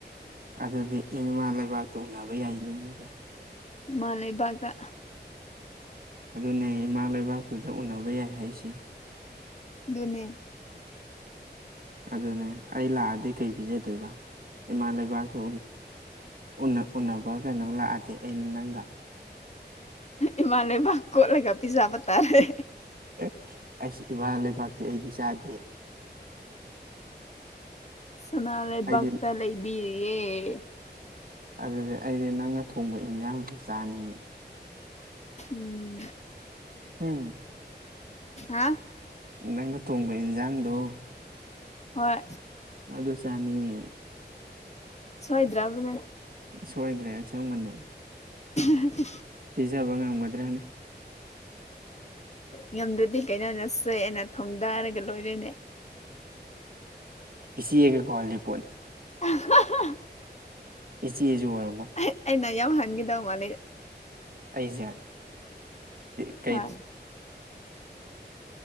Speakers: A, on the right; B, on the left.
A: ꯑꯗꯨꯗꯤ ꯏꯃꯥ ꯂꯩꯕꯥꯛꯇ ꯎꯅꯕ ꯌꯥꯏꯅꯦ ꯑꯗꯨꯗꯤ
B: ꯏꯃꯥ ꯂꯩꯕꯥꯛꯇ
A: ꯑꯗꯨꯅꯦ ꯏꯃꯥ ꯂꯩꯕꯥꯛꯇꯨꯗ ꯎꯅꯕ ꯌꯥꯏ ꯍꯥꯏꯁꯦ
B: ꯗꯨꯅꯦ
A: ꯑꯗꯨꯅꯦ ꯑꯩ ꯂꯥꯛꯑꯗꯤ ꯀꯩ ꯄꯤꯖꯗꯣꯏꯕ ꯏꯃꯥ ꯂꯩꯕꯥꯛꯇ ꯎꯅ ꯎꯅꯕ ꯀꯩꯅꯣ ꯂꯥꯛꯑꯗꯤ ꯑꯩꯅ ꯅꯪꯒ
B: ꯏꯃꯥ ꯂꯩꯕꯥꯛ ꯀꯣꯠꯂꯒ ꯄꯤꯖꯕ ꯇꯥꯔꯦ
A: ꯑꯦ ꯑꯩꯁ ꯏꯃ ꯂꯩꯕꯥꯛꯇꯤ ꯑꯩꯗꯤ ꯆꯥꯗꯦ
B: ꯁꯅꯥ ꯂꯩꯕꯥꯛꯇ
A: ꯑꯩꯗꯤ
B: ꯂꯩ ꯏꯕꯤꯔꯤꯌꯦꯦ
A: ꯑꯗꯨꯗꯤ ꯑꯩꯗꯤ ꯅꯪꯅ ꯊꯣꯡꯕ ꯏꯟꯁꯥꯡꯁꯦ ꯆꯥꯅꯤꯡꯏ
B: ꯎꯝ
A: ꯎꯝ
B: ꯍꯥ
A: ꯅꯪꯅ ꯊꯣꯡꯕ ꯏꯟꯖꯥꯡꯗꯣ
B: ꯍꯣꯏ
A: ꯑꯗꯨ ꯆꯥꯅꯤꯡꯉꯦ
B: ꯁꯣꯏꯗ꯭ꯔꯥꯕꯅꯦ
A: ꯁꯣꯏꯗ꯭ꯔꯦ ꯑꯁꯦꯡꯕꯅꯤ
B: <unintelligible>
A: ꯄꯖꯥꯕ ꯉꯝꯒꯗ꯭ꯔꯅ
B: ꯉꯝꯗ꯭ꯔꯗꯤ ꯀꯩꯅꯣ ꯅꯆꯦ ꯑꯩꯅ ꯊꯣꯡꯗꯔꯒ ꯂꯣꯏꯔꯦꯅꯦ
A: ꯏꯆꯦꯒꯦ ꯀꯣꯍꯜꯂꯤꯄꯣꯠ
B: ꯑꯍꯍꯥ꯫
A: ꯏꯆꯦꯖꯨ ꯑꯣꯏꯔꯝꯃꯣꯏ꯫
B: ꯑꯩꯅ ꯌꯥꯝ ꯍꯟꯒꯤꯗꯧ ꯃꯥꯜꯂꯦ꯫
A: ꯑꯩꯖꯦ ꯀꯩ_꯫
B: ꯍꯣꯏ꯫